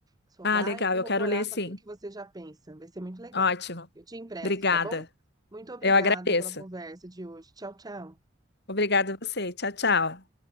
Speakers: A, on the right; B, on the left.
A: só
B: Ah,
A: vai
B: legal,
A: corroborar
B: eu quero ler sim.
A: com aquilo que você já pensa. Vai ser muito legal.
B: Ótimo.
A: Eu te empresto,
B: Obrigada.
A: tá bom? Muito obrigada
B: Eu agradeço.
A: pela conversa de hoje. Tchau, tchau.
B: Obrigada a você. Tchau, tchau.